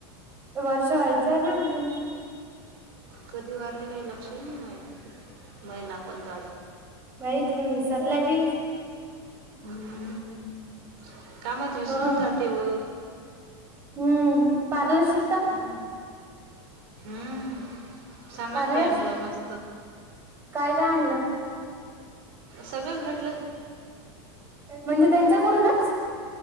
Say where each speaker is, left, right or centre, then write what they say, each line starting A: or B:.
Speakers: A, on the right (about 15°); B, on the right (about 55°).
A: वर्ष व्हायचं ना अजून.
B: कधी वारले काही लक्षही नाही माहिती बाई, महिना कोणता.
A: बाई तुम्ही विसरल्या बी?
B: हम्म कामात विसरून
A: हा
B: जाते व.
A: हम्म पार्लर शी
B: हम्म हम्म, हा सामान
A: पार्लर
B: बी आणलं मस्त.
A: काय काय आणलं?
B: सगळंच भेट
A: म्हणजे तेच्याकडूनच.